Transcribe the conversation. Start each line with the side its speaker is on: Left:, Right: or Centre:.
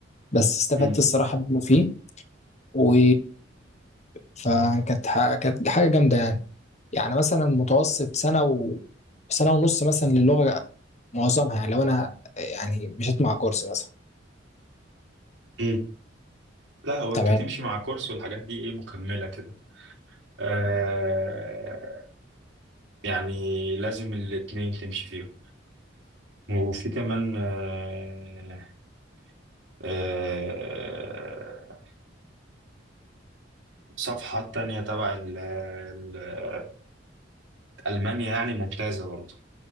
Left: بس استفدت
Right: مم.
Left: الصراحه منه فيه و فكانت ح- كانت حاجه جامده يعني يعني مثلا متوسط سنه و سنه ونص مثلا للغه معظمها يعني لو انا يعني مشيت مع كورس مثلا
Right: مم. لا هو
Left: تمام
Right: انت تمشي مع كورس والحاجات دي ايه مكملة كده آه يعني لازم الاتنين تمشي فيهم وفي كمان آه آه صفحات تانية تبع ال- ال- ألمانيا يعني ممتازة برضه